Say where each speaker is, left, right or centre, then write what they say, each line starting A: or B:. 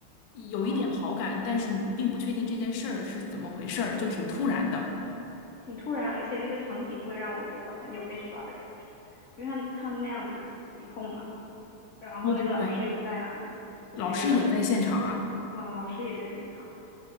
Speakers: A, on the left (about 65°); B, on the left (about 85°).
A: 有一点好感，
B: 嗯，
A: 但是你并不确定这件事儿是怎么回事儿，就挺突然的。
B: 挺突然，而且那个场景会让我觉得很有被耍的感觉，因为他他们那样子起哄嘛，然后那个老师又在那里，
A: 对对对，
B: 我就觉得，
A: 老师也在现场啊，
B: 嗯，老师也在现场，